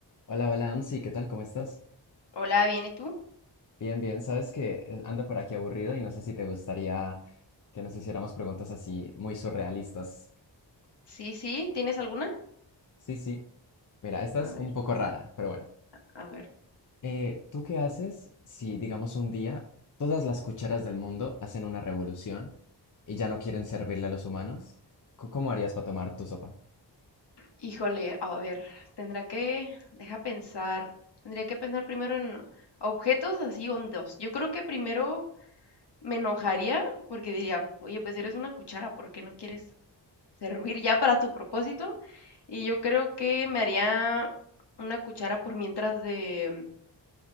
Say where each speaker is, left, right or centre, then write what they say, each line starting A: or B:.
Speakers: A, on the left (about 45°); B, on the left (about 65°).
A: Hola, hola, Amsi, ¿qué tal? ¿Cómo estás?
B: Hola, ¿bien y tú?
A: Bien, bien, sabes que ando por aquí aburrido y no sé si te gustaría que nos hiciéramos preguntas así muy surrealistas.
B: Sí, sí, ¿tienes alguna?
A: Sí, sí. Mira, esta
B: A
A: es
B: ver,
A: un poco rara, pero bueno.
B: a ver.
A: Eh, ¿tú qué haces si, digamos, un día todas las cucharas del mundo hacen una revolución y ya no quieren servirle a los humanos? Co- ¿Cómo harías para tomar tu sopa?
B: Híjole, a ver, tendrá que, deja pensar, tendría que pensar primero en objetos así hondos. Yo creo que primero me enojaría porque diría, oye, pues eres una cuchara, ¿por qué no quieres servir ya para tu propósito? Y yo creo que me haría una cuchara por mientras de,